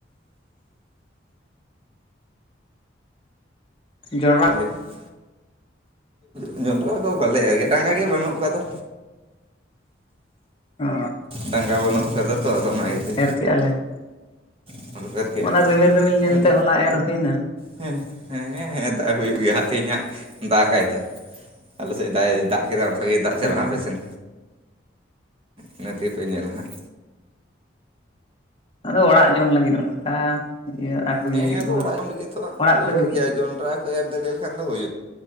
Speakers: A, on the left (about 30°); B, on the right (about 30°).
A: ᱡᱚᱬᱚ
B: <inaudible> ᱡᱚᱱᱰᱨᱟ ᱵᱟᱞᱮ ᱮᱨ ᱜᱮ ᱴᱟᱸᱜᱟ ᱜᱮ ᱵᱟᱹᱱᱩᱜ ᱠᱟᱫᱟ
A: ᱚ
B: ᱴᱟᱸᱜᱟ ᱵᱟᱹᱱᱩᱜ ᱠᱟᱫᱟ ᱛᱚ ᱟᱫᱚ ᱚᱱᱟ ᱤᱭᱟᱹᱛᱮ
A: ᱠᱮᱭᱟᱞᱮ
B: <inaudible>
A: ᱚᱱᱟ ᱨᱤᱢᱤᱞ ᱨᱤᱢᱤᱞ ᱧᱮᱞᱛᱮ
B: ᱦᱮᱸ
A: ᱦᱚᱞᱟ ᱮᱨ ᱦᱩᱭᱱᱟ
B: <unintelligible> <unintelligible> ᱫᱟᱜ ᱦᱩᱭᱩᱜ ᱜᱮᱭᱟ ᱛᱮᱦᱮᱧ ᱦᱟᱸᱜ ᱫᱟᱜ ᱟᱭ ᱛᱚ ᱟᱞᱮ ᱥᱮ ᱫᱟᱭ ᱫᱟᱜ ᱠᱮᱫᱟ ᱚᱱᱠᱟᱜᱮ ᱫᱟᱜ
A: ᱦᱮᱸ
B: ᱪᱟᱞᱟᱜᱼᱟ ᱟᱯᱮ ᱥᱮᱱ ᱤᱱᱟᱹ ᱛᱮᱜᱮᱯᱮ ᱧᱮᱞᱟ ᱦᱟᱸᱜ
A: ᱟᱫᱚ ᱚᱲᱟᱜ ᱡᱚᱢ ᱞᱟᱹᱜᱤᱫ ᱚᱱᱠᱟ ᱤᱭᱟᱹ ᱟᱠᱷᱨᱤᱧ
B: ᱦᱮᱸ
A: ᱞᱟᱹᱜᱤᱫ
B: ᱟᱫᱚ
A: ᱫᱚ ᱵᱟᱝ
B: ᱚᱲᱟᱜ ᱡᱚᱢ ᱞᱟᱹᱜᱤᱫ ᱫᱚ
A: ᱚᱲᱟᱜ
B: ᱦᱩᱭᱩᱜ
A: ᱠᱚᱨᱮ ᱜᱮ
B: ᱜᱮᱭᱟ ᱡᱚᱸᱰᱽᱨᱟ ᱠᱚ ᱮᱨ ᱫᱟᱲᱮ ᱞᱮᱠᱷᱟᱱ ᱫᱚ ᱦᱩᱭᱩᱜ